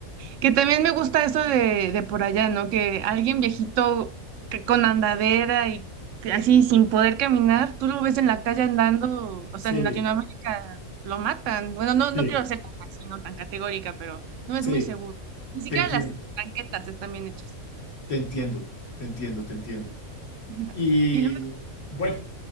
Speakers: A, on the right; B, on the left.
A: Que también me gusta eso de, de por allá, ¿no? Que alguien viejito que con andadera y que así sin poder caminar, tú lo ves en la calle andando, o
B: Sí,
A: sea, en Latinoamérica lo matan. Bueno, no, no
B: sí,
A: quiero ser tan así, no tan categórica, pero no es
B: sí,
A: muy seguro. Ni siquiera
B: te entiendo,
A: las banquetas están bien hechas.
B: te entiendo, te entiendo, te entiendo.
A: <laughs>
B: Y
A: Y luego,
B: bueno,